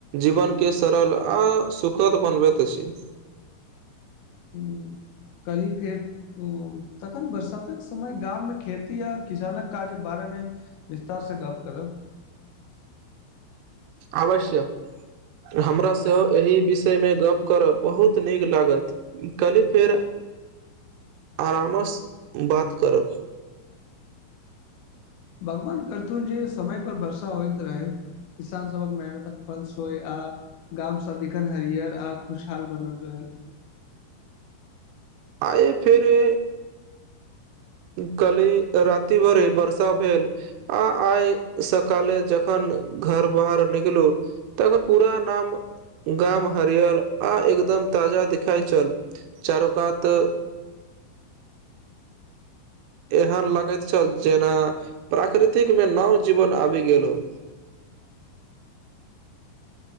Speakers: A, on the right; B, on the left.
A: जीवन के सरल आ सुखद बनबैत छी।
B: हुँ कल्हि फेर हुँ तखन बरसातक समय गाममे खेती आ किसानक काज बारेमे विस्तार स गप्प करब।
A: आवश्य। हमरा सेहो एहि विषयमे गप्प करब बहुत नीक लागत। कल्हि फेर आरामस बात करब।
B: भगवान करथुन जे समय पर वर्षा होइत रहै। किसान सभक मेहनतक फल सोइ आ। गाँव सदिखन हरियर आ खुशहाल बनल रहल।
A: आए फेरे काल्हि राति भरि वर्षा भेल आ आइ सकाले जखन घर बाहर निकलू। तक पूरा नाम गाम हरियर आ एकदम ताजा दिखाइ छल। चारोकात- एहन लगैत छल जेना प्राकृतिक में नव जीवन आबि गेल हो।